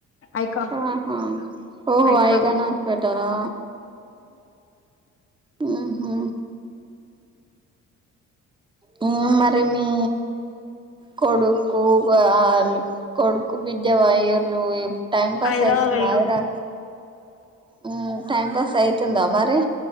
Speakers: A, on the left; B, on the right.
A: ఐకమ్
B: ఆహా ఓహో
A: ఐక్రామ్
B: ఐకాన్ హాస్పిటలా ఉహు మీ మరి మీ కొడుకు వాళ్ళు కొడుకు బిడ్జ వయర్ లో ఇప్పు టైమ్ పాస్
A: హైదరాబాద్
B: యితు
A: పోయిర్రు
B: నాదిరా మ్ టైమ్ పాస్ అయితుంద ఆ మరి